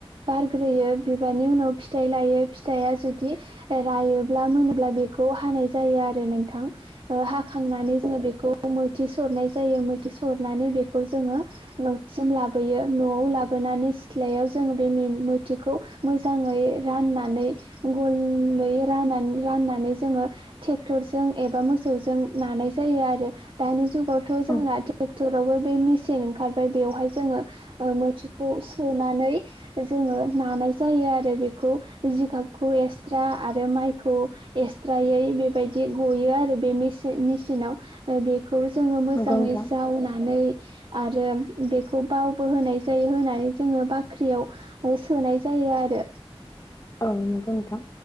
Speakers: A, on the right; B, on the left.
A: बारग्रोयो बिबारनि उनाव फिथाइ लायो फिथाइया जुदि रायोब्ला मोनोब्ला बेखौ हानाय जायो आरो नोंथां। हाखांनानै जोंङो बेखौ मैथि सरनाय जायो मैथि सरनानै बेखौ जोंङो ओ सिम लाबोयो न'आव लाबोनानै सिथ्लायाव जोंङो बे मोथिखौ मोजाङै राननानै गुबुङै रान राननानै जोंङो ट्रेक्टरजों एबा मोसौजों नानाय जायो आरो दानि जुगाव थ' जोंना
B: औ नंगौ नोंथां औ
A: ट्रेक्टरावबो बे मेसिन ओंखारबाय बेवहाय जोंङो। मोथिखौ सुनानै जोंङो नानाय जायो आरो बेखौ जिगाबखौ एक्सट्रा आरो माइखौ। एक्सट्रायै बेबायदि गायो आरो बेन मेसिनाव बे खौ जोंङो मोजाङै
B: नंगौ नोंथां
A: जावनानै आरो। बेखौ बावबो होनाय जायो होनानै जोंङो बाख्रियाव सोनाय जायो आरो।
B: औ नंगौ नोंथां